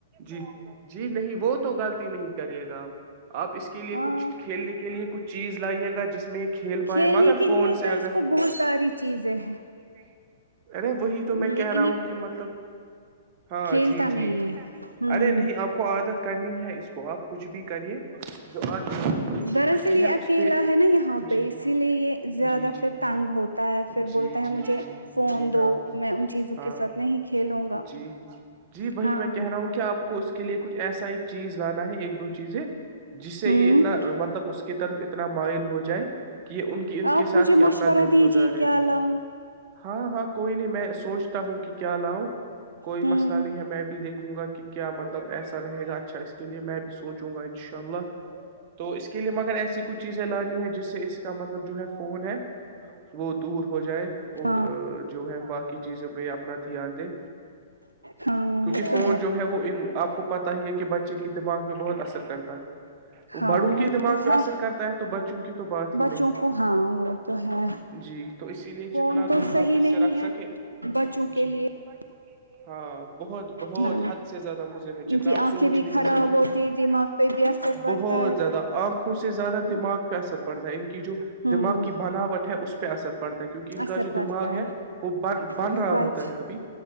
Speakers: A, on the right; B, on the right.
A: جی جی نہیں وہ تو غطتی نہیں کرے گا آپ آپ اس کے لیے
B: ہاں
A: کچھ کھیلنے کے لیے کچھ چیز لائیے گا جس میں کھیل پائے
B: کھیلنے
A: مگر
B: کے
A: فون
B: لیے
A: سے
B: تو
A: اگر
B: اس کو بہت ساری چیزیں ہیں
A: <unintelligible> ارے وہی تو میں کہہ
B: لیکن
A: رہا ہوں
B: یہ
A: کہ مطلب ہاں
B: کھیلتا
A: جی جی
B: نہیں ہے ہوں
A: ارے نہیں آپ کو عادت کرنی ہے اس کو آپ کچھ بھی کریے جو آگے آگے کی زندگی
B: دراصل یہ
A: ہے
B: اکیلا
A: اس پہ
B: ہے نا یہاں پہ اسی
A: جی
B: لیے یہ زیادہ
A: جی جی
B: پھر تنگ ہوتا ہے پھر
A: جی
B: بولتا ہے
A: جی
B: مجھے
A: جی
B: فون
A: جی ہاں
B: دو میں ان چیزوں
A: ہاں
B: کے ساتھ نہیں کھیلوں گا
A: جی جی وہی
B: ہاں
A: میں کہہ رہا ہوں کہ آپ کو اس کے لیے کچھ ایسا ایک چیز لانا ہے ایک دو چیزیں جس سے
B: ہوں
A: یہ اتنا مطلب اس کی طرف اتنا انا مائل ہو جائے کہ یہ ان کی ان
B: آپ
A: کے ساتھ
B: مجھے
A: ہی
B: مشورہ
A: اپنا دن
B: دیجے
A: گزارے
B: کیا لاؤں
A: ہاں ہاں کوئی نہیں میں سوچتا ہوں کہ کیا لاؤں کوئی
B: ہوں
A: مسئلہ نہیں ہے میں بھی دیکھ رکوں گا کہ کیا مطلب ایسا رہے گا اچھا اس کے لیے میں بھی سوچوں گا انشاء اللہ تو اس کے لیے مگر ایسی کچھ چیزیں لانی ہے جس سے اس کا مطلب جو ہے فون ہے وہ دور ہو جائے اور
B: ہاں
A: جو ہے باقی چیزوں پہ اپنا دھیان دیں
B: ہاں
A: کیونکہ
B: وہ
A: فون
B: تو
A: جو ہے وہ آپ کو پتا ہی ہے کہ کہ بچے کی دماغ پہ بہت اثر کرتا ہے <unintelligible> وہ
B: ہاں
A: بڑوں کے دماغ
B: تو
A: پہ
B: ہے
A: اثر کرتا ہے تو بچوں کی تو بات ہی
B: بچوں
A: نہیں ہے
B: کو ہاں وہ تو ہے
A: جی تو اسی لیے
B: فون
A: جتنا
B: تو
A: دور
B: صحی
A: آپ اس
B: نہیں
A: سے رکھ
B: ہے
A: سکے
B: بچوں کے
A: جی
B: لیے <unintelligible>
A: ہاں <unintelligible> بہت بہت
B: ہاں
A: حد سے زیادہ مضر ہے جتنا
B: ان کی
A: ہم
B: آنکھیں
A: سوچ بھی نہیں
B: خراب
A: سکتے
B: ہوتی ہے دماغ پہ بھی اثر پڑتا
A: بہت
B: ہے
A: زیادہ آنکھوں سے زیادہ دماغ
B: ہاں
A: پہ اثر پڑتا ہے <unintelligible> جو
B: ہوں
A: دماغ کی بناوٹ <unintelligible> ہے اس پہ اثر <unintelligible> پڑتا ہے کیونکہ ان کا
B: اثر
A: جو
B: پڑتا
A: دماغ ہے وہ بن
B: سچ
A: رہا ہوتا ہے ابھی